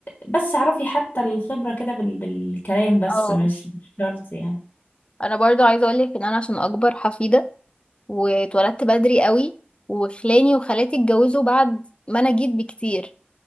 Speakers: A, on the left; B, on the left.
A: بس اعرفي حتى الخبرة كده بال... بالكلام بس
B: اه
A: مش مش شرط يعني
B: انا برضو عايزة اقولك ان انا عشان اكبر حفيدة واتولدت بدري قوي وخلاني وخالاتي اتجوزوا بعد ما انا جيت بكتير